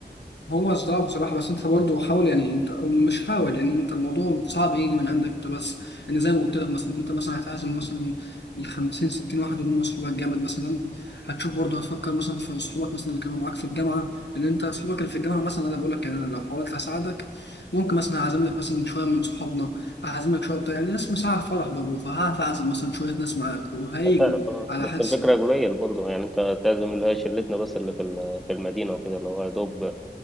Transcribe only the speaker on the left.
هو صعب بصراحة بس أنت برضه حاول يعني أنت أو مش حاول لأن أنت الموضوع صعب يجي من عندك أنت بس يعني زي ما قلت لك مثلا أنت مثلا هتعزم مثلا ال 50 60 واحد اللي هم صحابك جامد مثلا هتشوف برضه هتفكر مثلا في صحابك مثلا اللي كانوا معاك في الجامعة لأن أنت صحابك اللي في الجامعة مثلا أنا بقول لك يعني أنا لو حاولت أساعدك ممكن مثلا أعزم لك مثلا شوية من صحابنا أعزم لك شوية بتاع يعني ناس مساعد فرح برضه فهعرف أعزم مثلا شوية ناس معاك وهيجوا
على
حدسي